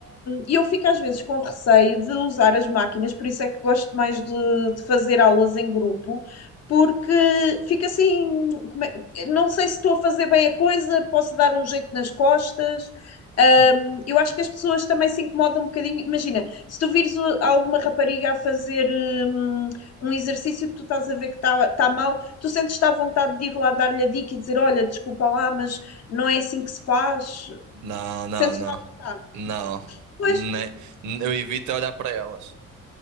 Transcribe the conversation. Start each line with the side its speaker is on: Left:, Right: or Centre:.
Left: E eu fico às vezes com receio de usar as máquinas, por isso é que gosto mais de, de fazer aulas em grupo, porque fica assim, como é- não sei se estou a fazer bem a coisa, posso dar um jeito nas costas. Ahm,
Right: hum.
Left: eu acho que as pessoas também se incomodam um bocadinho. Imagina, se tu vires o- alguma rapariga a fazer hum, um, exercício que tu estás a ver que está está mal, tu sentes-te à vontade de ir lá dar-lhe a dica e dizer: Olha, desculpa lá, mas não é assim que se faz.
Right: Não, não,
Left: Sentes-te
Right: não,
Left: à vontade.
Right: não,
Left: Pois,
Right: Ne- eu evito é olhar para elas.